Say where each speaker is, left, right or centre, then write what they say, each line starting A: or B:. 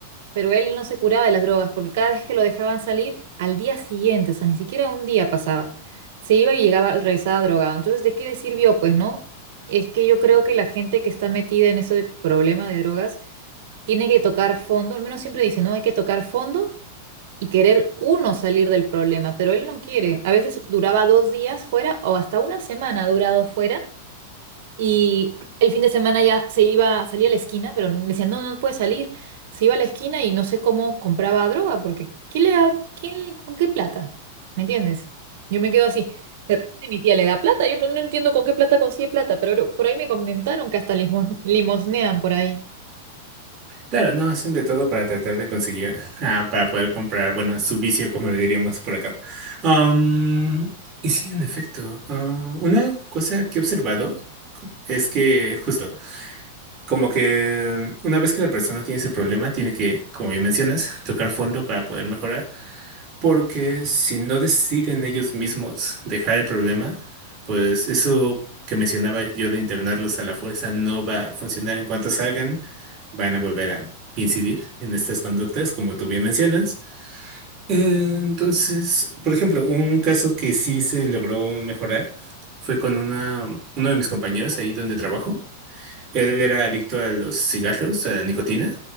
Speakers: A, on the right; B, on the right.
A: pero él no se curaba de las drogas porque cada vez que lo dejaban salir, al día siguiente, o sea, ni siquiera un día pasaba, se iba y llegaba, regresaba drogado. Entonces, ¿de qué le sirvió? Pues no, es que yo creo que la gente que está metida en ese problema de drogas tiene que tocar fondo, al menos siempre dice, no, hay que tocar fondo. Y querer uno salir del problema, pero él no quiere. A veces duraba dos días fuera o hasta una semana ha durado fuera y el fin de semana ya se iba, salía a la esquina, pero me decían, no, no puede salir. Se iba a la esquina y no sé cómo compraba droga, porque ¿quién le da, quién, con qué plata? ¿Me entiendes? Yo me quedo así. De repente mi tía le da plata, yo no, no entiendo con qué plata consigue plata, pero por ahí me comentaron que hasta limos- limosnean por ahí.
B: Claro, no, hacen de todo para tratar de conseguir, ah, para poder comprar, bueno, su vicio, como le diríamos por acá. Am, y sí, en efecto, ah, una cosa que he observado es que justo, como que um, una vez que la persona tiene ese problema, tiene que, como bien mencionas, tocar fondo para poder mejorar. Porque si no deciden ellos mismos dejar el problema, pues eso que mencionaba yo de internarlos a la fuerza no va a funcionar. En cuanto salgan, van a volver a incidir en estas conductas, como tú bien mencionas. Entonces, por ejemplo, un caso que sí se logró mejorar fue con una, uno de mis compañeros ahí donde trabajo. Él era adicto a los cigarros, a la nicotina,